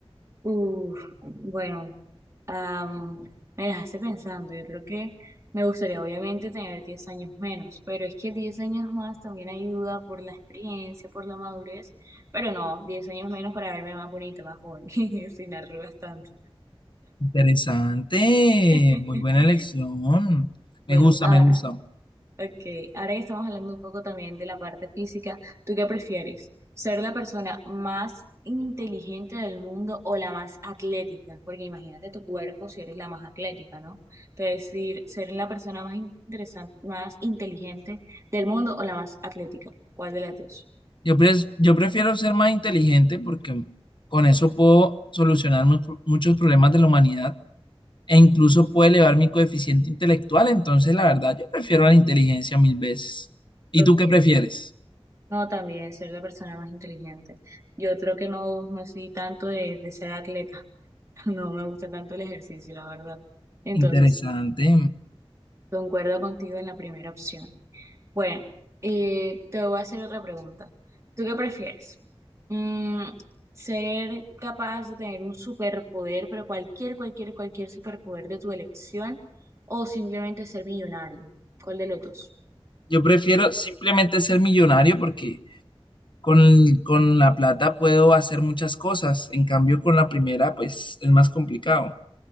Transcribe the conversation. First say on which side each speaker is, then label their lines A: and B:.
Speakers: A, on the right; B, on the left.
A: Uf, bueno, am, me dejaste pensando, yo creo que me gustaría obviamente tener 10 años menos, pero es que 10 años más también ayuda por la experiencia, por la madurez, pero no, 10 años menos para verme más bonita, más joven, <laughs> sin arrugas tanto.
B: Interesante,
A: <laughs>
B: muy buena elección.
A: Bueno,
B: Me gusta,
A: ahora,
B: me gusta.
A: ok, ahora que estamos hablando un poco también de la parte física, ¿tú qué prefieres? ¿Ser la persona más inteligente del mundo o la más atlética? Porque imagínate tu cuerpo si eres la más atlética, ¿no? Entonces, decir, ser la persona más interesante, más inteligente del mundo o la más atlética. ¿Cuál de las dos?
B: Yo, pres- yo prefiero ser más inteligente porque con eso puedo solucionar mu- muchos problemas de la humanidad e incluso puedo elevar mi coeficiente intelectual. Entonces, la verdad, yo prefiero la inteligencia mil veces. ¿Y
A: Ok.
B: tú qué prefieres?
A: No, también ser la persona más inteligente. Yo creo que no, no soy tanto de, de ser atleta. <laughs> No me gusta tanto el ejercicio, la verdad. Entonces.
B: Interesante.
A: Concuerdo contigo en la primera opción. Bueno, eh, te voy a hacer otra pregunta. ¿Tú qué prefieres? Mm, ¿ser capaz de tener un superpoder, pero cualquier, cualquier, cualquier superpoder de tu elección, o simplemente ser millonario? ¿Cuál de los dos?
B: Yo prefiero simplemente ser millonario porque con, con la plata puedo hacer muchas cosas. En cambio, con la primera, pues es más complicado.